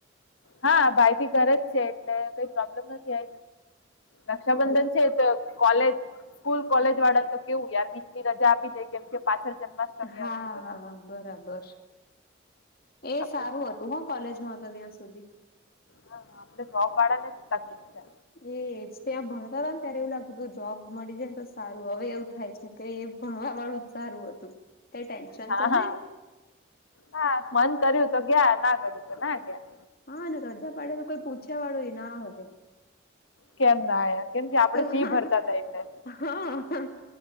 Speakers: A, on the left; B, on the left.
A: હા ભાઈ બી ઘરે જ છે એટલે કઈ પ્રોબ્લેમ નથી <inaudible> રક્ષાબંધન
B: બરાબર
A: છે તો કોલેજ સ્કૂલ કોલેજ વાળાને તો કેવું યાર વીક ની રજા આપી દે કેમ કે પાછળ જન્માષ્ટમી
B: હા
A: આવતી હોય
B: બરાબર એ
A: આપણે
B: સારું હ તું હ કોલેજ માં હતા ત્યાં સુધી
A: હા હા આપડે જોબ વાળા ને જ તકલીફ છે
B: એજ ત્યાં ભણતા હતા ને ત્યારે એવું લાગતું કે જોબ મળી જાય ને તો સારું હવે એવું થાય છે કે એ ભણવા વાળું જ સારું હતું. કઈ ટેન્શન
A: હા
B: તો
A: હા
B: નહી
A: હા મન કર્યું તો ગયા ના કર્યું તો ના ગયા
B: હા ને રજા પાડે તો કોઈ પૂછ્યા વાળું એ ના હોય
A: કેમ ના આયા કેમ કે આપણે
B: તો હ
A: ફી ભરતા હતા એટલે
B: હા હા